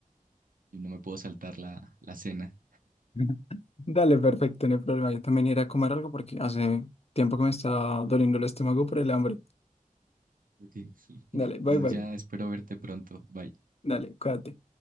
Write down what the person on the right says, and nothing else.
y no me puedo saltar la, la cena.
Ok. <laughs>
Entonces
ya espero verte pronto. Bye.